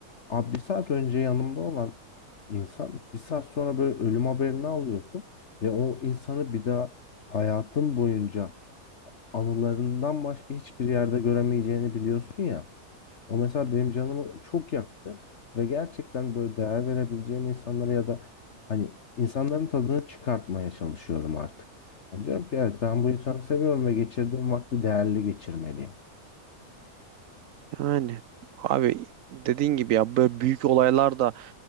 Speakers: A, on the left; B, on the right.
A: Abi bir saat önce yanımda olan insan bir saat sonra böyle ölüm haberini alıyorsun ve o insanı bir daha hayatın boyunca anılarından başka hiçbir yerde göremeyeceğini biliyorsun ya. O mesela benim canımı çok yaktı ve gerçekten böyle değer verebileceğim insanlara ya da hani insanların tadını çıkartmaya çalışıyorum artık. Yani diyorum ki evet ben bu insanı seviyorum ve geçirdiğim vakti değerli geçirmeliyim.
B: Yani abi dediğin gibi ya böyle büyük olaylar da